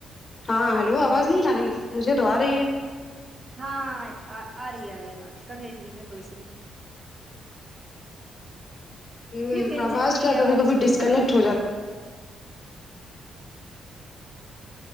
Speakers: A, on the left; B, on the right.
A: ہاں ہلو آواز نہیں آ رہی مجھے تو آ رہی ہے
B: ہاں آ رہی آ رہی آواز کد گئی تھی بیچ میں تھوڑی س میں
A: ہ
B: پھر کہیں
A: آواز
B: چلی گئی
A: کیا
B: ہے
A: کبھی
B: آواز
A: کبھی ڈسکنیکٹ
B: ہیلو
A: ہو جاتا